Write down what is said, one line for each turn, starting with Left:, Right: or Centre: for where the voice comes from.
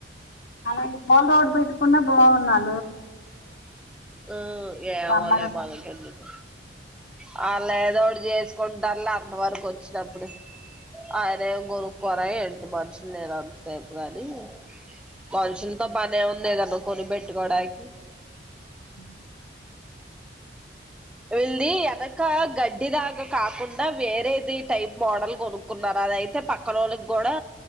Left: <unintelligible> బాల్ రోడ్ పెట్టుకున్న బాగున్నాది
Centre: ఆ ఏమోలే
Left: చల్లగా
Centre: మనకు ఎందుకు వాళ్ళు ఏదోటి చేసి కొండర్లు అంతవరకు వచ్చినప్పుడు ఆయన ఏం కొరుక్కోరా ఏంటి మనుషులు లేనంతసేపు కాని మనుషుల్ తో పనే ఉంది గను కోని బెట్టు కోడానికి
Left: ఉం
Centre: విల్ది అదొక గడ్డి దగా కాకుండా వేరేది టైప్ మోడల్ కొనుక్ కున్నారు అయితే పక్కనా వోళ్ళకి కూడా